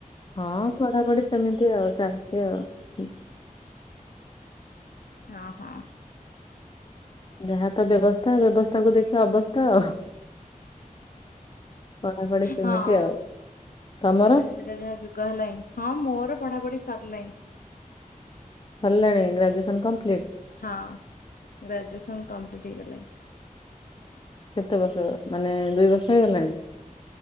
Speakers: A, on the left; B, on the left.
A: ହଁ ପଢାପଢି ସେମିତି ଆଉ ଚାଲିଛି ଆଉ
B: ହ ହଁ,
A: ଯାହା ତ ବ୍ୟବସ୍ଥା ବ୍ୟବସ୍ଥା କୁ ଦେଖି ଅବସ୍ଥା ଆଉ। ପଢାପଢି ସେମିତି
B: ହଁ
A: ଆଉ ତମର
B: ଆଜିର ଯାହା ଯୁଗ ହେଲାଣି ହଁ ମୋର ପଢା ପଢି ସରିଲାଣି।
A: ସରିଲାଣି ଗ୍ରାଜୁଏସନ କମ୍ପ୍ଲିଟ
B: ହଁ ଗ୍ରାଜୁଏସନ କମ୍ପ୍ଲିଟ ହେଇଗଲା। <inaudible>
A: କେତେ ବର୍ଷ ମାନେ ଦୁଇ ବର୍ଷ ହେଇଗଲାଣି।